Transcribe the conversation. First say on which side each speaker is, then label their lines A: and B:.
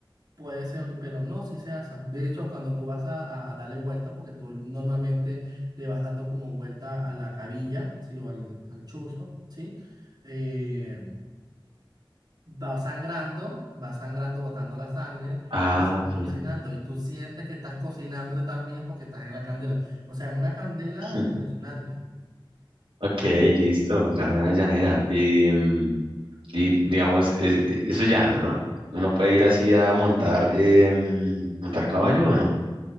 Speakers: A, on the right; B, on the right.
A: puede ser, pero no, si se asa De hecho, cuando tú vas a, a- a darle vuelta, porque tú normalmente le vas dando como vuelta a la cabilla, ¿sí? O al, al chuzo, ¿sí? Eh, va sangrando, va sangrando, botando la sangre
B: Ah,
A: y se va
B: ok.
A: cocinando. Y tú sientes que estás cocinándote también porque estás en la candela. O sea, es una candela
B: <laughs>
A: impresionante.
B: Ok, listo, carne de la llanera. Y, mm, y, digamos, es- e- eso es no, ¿no? Uno puede ir así a montar, eh, mm, montar caballo o no.